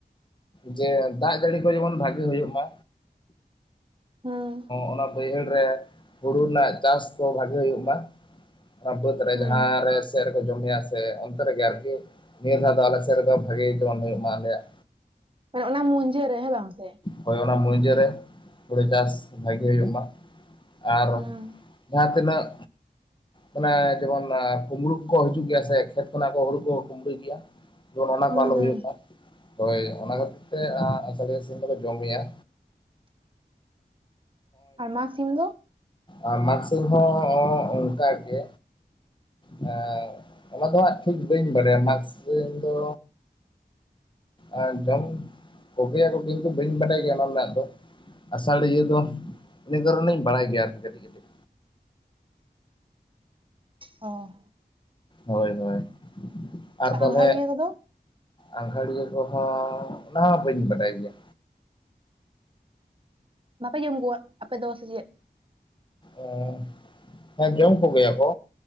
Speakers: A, on the left; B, on the right.
A: ᱡᱮ ᱫᱟᱜ ᱡᱟᱹᱲᱤ ᱠᱚ ᱡᱮᱢᱚᱱ ᱵᱷᱟᱜᱮ ᱦᱩᱭᱩᱜ ᱢᱟ
B: ᱦᱩᱸ
A: ᱚᱱᱟ ᱵᱟᱹᱭᱦᱟᱹᱲᱨᱮ ᱦᱩᱲᱩ ᱨᱮᱱᱟᱜ ᱪᱟᱥ ᱠᱚ ᱵᱷᱟᱜᱮ ᱦᱩᱭᱩᱜ ᱢᱟ ᱟᱵᱩᱚᱛ ᱨᱮ
B: ᱦᱩᱸ
A: ᱦᱸ ᱥᱮ ᱡᱚᱢᱮᱭᱟ ᱥᱮ ᱚᱱᱛᱮ ᱨᱮᱜᱮ ᱟᱨᱠᱤ ᱱᱤᱭᱟᱹ ᱫᱷᱟᱣ ᱫᱚ ᱟᱞᱮ ᱥᱮᱫ ᱨᱮᱫᱚ ᱵᱷᱟᱜᱮ ᱡᱮᱚᱱ ᱦ ᱦᱩᱭᱩᱜ ᱢᱟ ᱟᱞᱮᱭᱟᱜ
B: ᱦᱮ ᱚᱱᱟ ᱢᱤᱠᱟ ᱨᱮ ᱦᱮᱸ ᱵᱟᱝ ᱥᱮ
A: ᱦᱳᱭ ᱚᱱᱟ ᱢᱩᱡᱟᱹᱨ ᱨᱮ ᱛᱲᱮ ᱪᱟᱥ ᱵᱷᱟᱜᱮ ᱦᱩᱭᱩᱜᱳ ᱢᱟ ᱟᱨ
B: ᱦᱩᱸ
A: ᱡᱟᱦᱟᱸ ᱛᱤᱱᱟᱹᱜ ᱚᱱᱟ ᱡᱮᱢᱚᱱ ᱠᱳᱢᱵᱽᱲᱩ ᱠᱚ ᱦᱤᱡᱩᱜ ᱜᱮᱭᱟ ᱥᱮ ᱠᱷᱮᱛ ᱠᱷᱚᱱᱟᱜ ᱠᱚ ᱦᱩᱲᱩ ᱠᱚ ᱠᱩᱳᱸᱵᱽᱲᱩ ᱜᱮᱭᱟ ᱚᱱᱟ
B: ᱦᱩᱸ
A: ᱠᱚ ᱟᱞᱚ
B: ᱦᱩᱸ
A: ᱦᱩᱭᱩᱜᱼᱟ ᱦᱳᱭ ᱚᱱᱟ ᱠᱷᱟᱹᱛᱤᱨ ᱛᱮ ᱟᱥᱤ ᱡᱚᱢ ᱫᱚᱞᱮ ᱡᱚᱢᱜᱮᱭᱟ
B: ᱟᱨ ᱢᱟᱜᱽ ᱥᱤᱢ ᱫᱚ
A: ᱟᱨ ᱢᱟᱜᱥᱤᱢ ᱦᱚᱸ ᱚᱱᱠᱟ ᱜᱮ ᱦᱮᱸ ᱚᱱᱟ ᱫᱚ ᱦᱟᱸᱜ ᱴᱷᱤᱠ ᱵᱟᱹᱧ ᱵᱟᱲᱟᱭᱟ ᱢᱟᱜᱥᱤᱢ ᱫᱚ ᱟᱨ ᱡᱚᱢ ᱠᱚᱜᱮᱟᱜ ᱠᱚ ᱤᱧ ᱫᱚ ᱵᱟᱹᱧ ᱵᱟᱰᱟᱭ ᱜᱮᱭᱟ ᱚᱱᱟ ᱨᱮᱱᱟᱜ ᱫᱚ ᱟᱥᱟᱲᱤᱭᱟᱹ ᱫᱚ ᱤᱱᱟᱹ ᱠᱟᱨᱚᱱᱤᱧ ᱵᱟᱲᱟᱭ ᱜᱮᱭᱟ ᱟᱨᱠᱤ ᱠᱟᱹᱴᱤᱡ ᱠᱟᱹᱴᱤᱡ
B: ᱦᱚᱸ
A: ᱦᱳᱭ ᱦᱳᱭ ᱟᱨ ᱛᱟᱦᱚᱞᱮ
B: ᱟᱸᱜᱷᱟᱲᱤᱭᱟᱹ ᱠᱚᱫᱚ
A: ᱟᱸᱜᱷᱟᱲᱤᱭᱟᱹ ᱠᱚᱦᱚᱸ ᱚᱱᱟ ᱦᱚᱸ ᱵᱟᱹᱧ ᱵᱟᱰᱟᱭ ᱜᱮᱭᱟ
B: <unintelligible> ᱟᱯᱮ ᱫᱚᱥ ᱪᱮᱫ
A: ᱚ ᱦᱮᱸ ᱡᱚᱢ ᱠᱚᱜᱮᱭᱟᱠᱚ